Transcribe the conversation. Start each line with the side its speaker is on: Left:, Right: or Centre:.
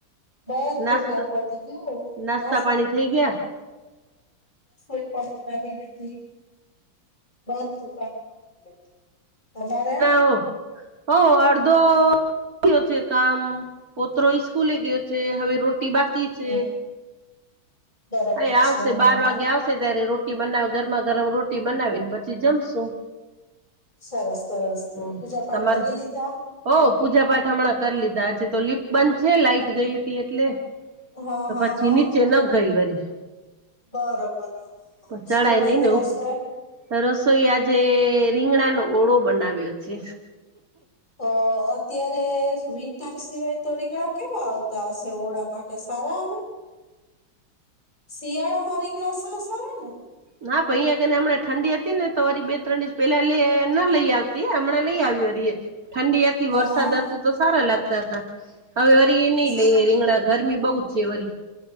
Left: બધું
Right: નાસ્તો
Left: કામ પતી ગયું <unintelligible>
Right: નાસ્તા
Left: હ
Right: પાણી થઈ ગયા
Left: રસોઈ પણ બનાવી લીધી <unintelligible> તમારે?
Right: <unintelligible> હો અડધો ગયું છે કામ પોત્રો ઇસ્કૂલે ગયો છે હવે રોટી બાકી છે
Left: હમ બરોબર
Right: આયા
Left: છે
Right: આવશે
Left: હા
Right: બાર
Left: હા
Right: વાગે આવશે ત્યારે રોટી બનાવે ગરમા ગરમ રોટી બનાવી ને પછી જમશું
Left: સરસ સરસ
Right: હમ
Left: પૂજા પાઠ
Right: તમારું
Left: કરી લીધા
Right: ઓ પૂજા પાઠ હમણાં કરી લીધા છે તો લિફ્ટ બંધ છે લાઈટ ગઈ હતી એટલે
Left: હા
Right: તો
Left: હા
Right: પછી
Left: હા
Right: નીચે ન ગઈ વરી
Left: બરોબર હ હા હા
Right: ચડાય
Left: શું બનાવી
Right: નઈ ને
Left: રસોઈ
Right: ઉપર રસોઈ આજે રીંગણાનો ઓળો બનાવ્યો છે
Left: અ અત્યારે વિન્ટર સિવાય તો રીંગણા કેવા આવતા હશે ઓરા માટે સારા આવે શિયાળામાં રીંગણા સરસ આવે ને
Right: ના ભ અહીયાને હમણાં ઠંડી હતી ને તોરી બે ત્રણ દિવસ પેલા લે લઈ આવ હમણાં લઈ આવી ઠંડી
Left: હા
Right: વરસાદ
Left: હા
Right: હતું તો સારા લાગતા હતા હવે વરી એ નહી
Left: સારા
Right: લઈએ રીંગણા ગરમી બહુ છે વરી